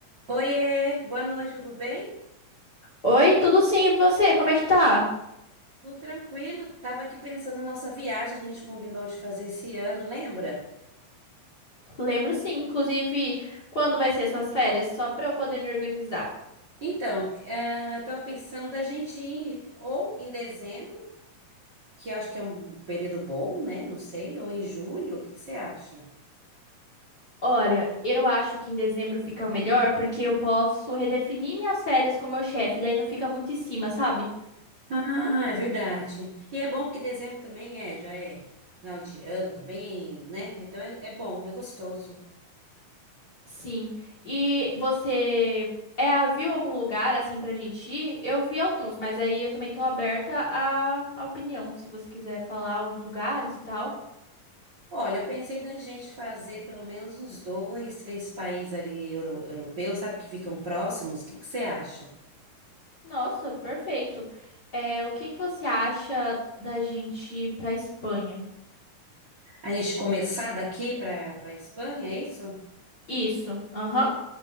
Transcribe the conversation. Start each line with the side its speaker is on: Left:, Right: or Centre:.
Right: Oiê, boa noite, tudo bem?
Left: Oi, tudo sim, e você? Como é que tá?
Right: Tudo tranquilo? Tava aqui pensando na nossa viagem, a gente combinou de fazer esse ano, lembra?
Left: Lembro sim, inclusive, quando vai ser suas férias, só pra eu poder me organizar.
Right: Então, eh, tava pensando da gente ir ou em dezembro, que acho que é um período bom, né? Não sei, ou em julho, o que que você acha?
Left: Olha, eu acho que em dezembro fica melhor porque eu posso redefinir minhas férias com meu chefe, daí não fica muito em cima, sabe?
Right: Ah, é verdade. E é bom porque dezembro também é, já é final de ano também, né? Então é, é bom, é gostoso.
Left: Sim. E você é, viu algum lugar assim pra gente ir? Eu vi alguns, mas aí eu também tô aberta à, à opinião, se você quiser falar alguns lugares e tal.
Right: Olha, eu pensei da gente fazer pelo menos uns dois, três países ali euro- europeus, sabe, que ficam próximos. O que que você acha?
Left: Nossa, perfeito. É, o que que você acha da gente ir pra Espanha?
Right: A gente começar daqui para para Espanha, é isso?
Left: Isso. Aham.